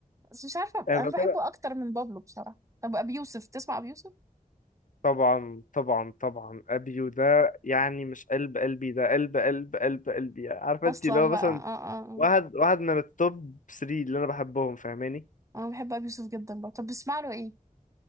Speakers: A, on the right (about 20°); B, on the left (about 60°).
A: بس مش عارفة
B: آه،
A: أنا بحبه أكتر من بابلو بصراحة طب أبي يوسف تسمع أبي يوسف؟
B: طبعا طبعا طبعا ابيو ده يعني مش قلب قلبي ده قلب قلب قلب قلبي يعني عارفه
A: أصلا
B: انت اللي هو مثلا
A: بقى آه آه آه
B: واحد واحد من التوب 3 اللي انا بحبهم فاهماني
A: أنا بحب أبي يوسف جدا بقى طب بسمع له إيه؟